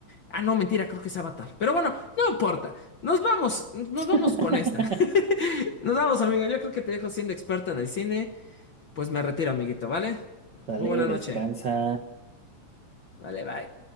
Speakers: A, on the left (about 55°); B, on the right (about 55°).
A: Ah, no, mentira, creo que es Avatar. Pero bueno, no importa. Nos vamos, nos
B: <laughs>
A: vamos con esta. <laughs> Nos vamos, amigo. Yo creo que te dejo siendo experta en el cine. Pues me retiro, amiguito, ¿vale?
B: Sale,
A: Muy buena noche.
B: descansa.
A: Vale, bye.